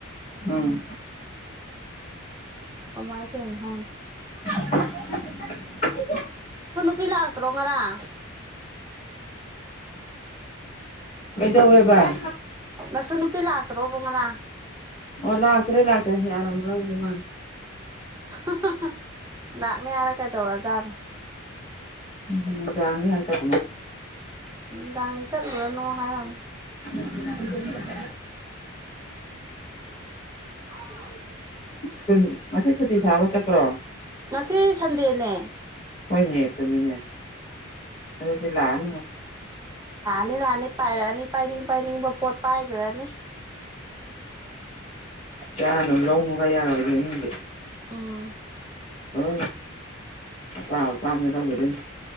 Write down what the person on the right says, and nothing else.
ꯀꯃꯥꯏꯅ ꯇꯧꯔꯤꯅꯣ ꯈꯪꯗꯦ
ꯄꯤ ꯂꯥꯁꯇ꯭ꯔꯣꯒꯔ
ꯉꯁꯨ ꯅꯨꯄꯤ ꯂꯥꯛꯇ꯭ꯔꯣꯕꯨꯡ ꯉꯅꯥ
<unintelligible> ꯂꯥꯛꯅꯤ ꯍꯥꯏꯔ ꯀꯩꯗꯧꯔꯖꯥꯠꯅꯣ
ꯎ ꯗꯅꯤ ꯆꯜꯂꯅꯣ ꯍꯥꯏꯔꯅꯤ
ꯎꯝ
ꯉꯁꯤ ꯁꯟꯗꯦꯅꯦ
ꯅꯤ ꯂꯅꯤ ꯄꯥꯏꯂꯅꯤ ꯄꯥꯏꯅꯤꯡ ꯄꯥꯏꯅꯤꯡꯕ ꯄꯣꯠ ꯄꯥꯏꯈ꯭ꯔꯅꯤ
ꯎꯝ